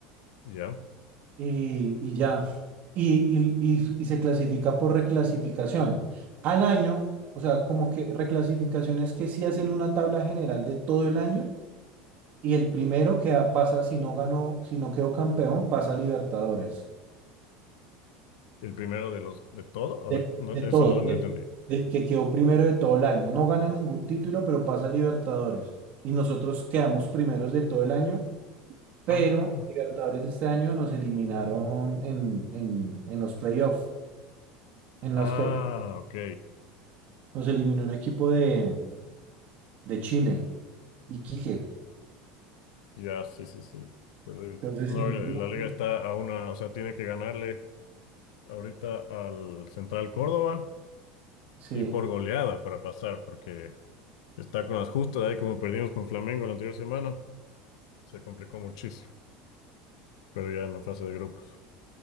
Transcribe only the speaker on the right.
y, y ya. Y, y, y- y se clasifica por reclasificación. Al año, o sea, como que reclasificaciones que sí hacen una tabla general de todo el año y el primero que a- pasa, si no ganó, si no quedó campeón, pasa a Libertadores.
De,
de todo,
del
del que quedó primero de todo el año. No gana ningún título, pero pasa a Libertadores. Y nosotros quedamos primeros de todo el año, pero
Libertadores este año nos eliminaron en, en, en los playoffs en
los que,
Nos eliminó un equipo de, de Chile, Iquique.
Entonces,
sí. no-
no-
sí.